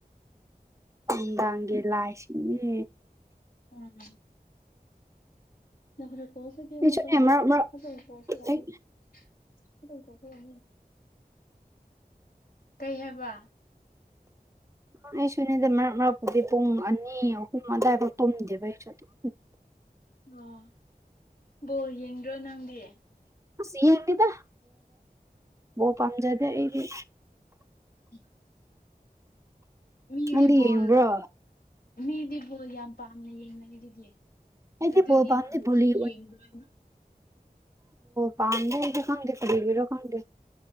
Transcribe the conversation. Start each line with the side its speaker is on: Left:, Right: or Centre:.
Right: ꯅꯨꯡꯗꯥꯡꯒꯤ ꯂꯥꯏꯁꯤꯅꯦ
Left: ꯎꯝ ꯅ ꯐꯔ ꯀꯣꯁꯤꯗꯤꯃ
Right: ꯑꯩꯁꯨꯅꯦ
Left: ꯇ
Right: ꯃꯔꯛ ꯃꯔꯛ
Left: ꯑꯗꯨ ꯑꯗꯨ ꯀꯣꯁꯨ ꯋꯥꯅꯤ
Right: ꯑꯩ
Left: ꯑꯗꯨꯗ ꯀꯣꯁꯨ ꯋꯥꯅꯤ ꯀꯩ ꯍꯥꯏꯕ
Right: ꯑꯩꯁꯨꯅꯤꯗ ꯃꯔꯛ ꯃꯔꯛꯄꯨꯗꯤ ꯄꯨꯡ ꯑꯅꯤ ꯑꯍꯨꯝ ꯑꯗꯨꯗꯥꯏꯐꯥꯎ ꯇꯨꯝꯗꯦꯕ ꯑꯩꯁꯨ ꯑꯗꯨꯝ
Left: ꯑꯣ ꯕꯣꯜ ꯌꯦꯡꯗ꯭ꯔꯣ ꯅꯪꯗꯤ
Right: ꯁꯤ ꯌꯦꯗꯦꯗ ꯕꯣꯜ ꯄꯝꯖꯗꯦ ꯑꯩꯗꯤ
Left: ꯎꯝ <unintelligible> ꯃꯤꯗꯤ
Right: ꯅꯪꯗꯤ
Left: ꯕꯣꯜ
Right: ꯌꯦꯡꯕ꯭ꯔꯣ
Left: ꯃꯤꯗꯤ ꯕꯣꯜ ꯌꯥꯝ ꯄꯥꯝꯅ ꯌꯦꯡꯅꯔꯤꯗꯨꯗꯤ
Right: ꯑꯩꯗꯤ
Left: ꯑꯗꯨꯒꯤ
Right: ꯕꯣꯜ ꯄꯥꯝꯗꯦ
Left: ꯅꯪꯁꯨ
Right: ꯕꯣꯂꯤ
Left: ꯌꯦꯡꯕ꯭ꯔꯅ
Right: ꯄꯥꯝꯗꯁꯨ ꯈꯪꯗꯦ ꯀꯔꯤꯒꯤꯔ ꯈꯪꯗꯦ